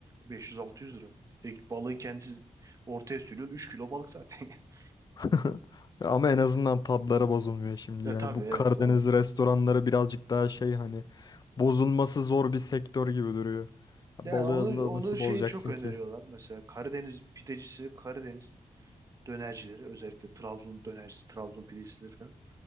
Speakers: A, on the right; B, on the left.
A: 500-600 lira. E, balığın kendisi ortaya sürüyorsun 3 kilo balık zaten. <laughs>
B: <laughs> Ama en azından tadları bozulmuyor şimdi
A: Ya
B: ya.
A: tabii
B: Bu
A: evet
B: Karadeniz
A: onun.
B: restoranları birazcık daha şey hani bozulması zor bir sektör gibi duruyor. Balığı
A: Ya onu
B: na-
A: onu
B: nasıl
A: şey
B: bozacaksın
A: çok öneriyorlar.
B: ki?
A: Mesela Karadeniz pidecisi, Karadeniz dönercileri özellikle Trabzon dönercisi, Trabzon pidecisileri falan.